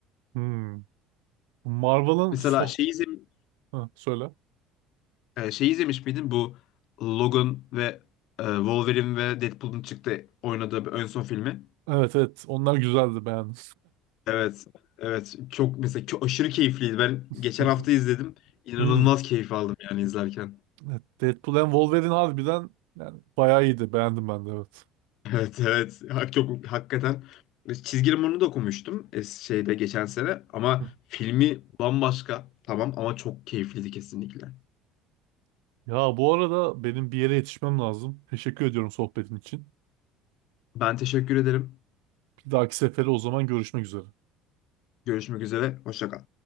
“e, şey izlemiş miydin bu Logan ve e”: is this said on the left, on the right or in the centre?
Left